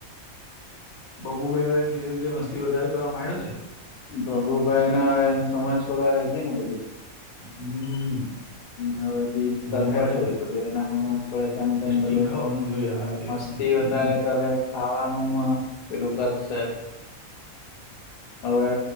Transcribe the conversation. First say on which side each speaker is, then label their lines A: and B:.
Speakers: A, on the left; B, on the left.
A: બબુ ભાઈ હવે ધીરે ધીરે મસ્તી વધારે કરવા માંડ્યો છે.
B: ભભુભાઈ ના સમજ છોડવા લ ગયા ને બધી.
A: હમ.
B: મ હવે જીત
A: સમજ
B: કર હે
A: પડે
B: થોડી
A: છે
B: બધું એના હ. પડે તેમ
A: ટેસ્ટી
B: તેમ બધું
A: ખાવાનું જોઈએ આ જોઈએ
B: મસ્તી વધારે
A: હમ
B: કરે ખાવાનું પેલું કરશેે હવે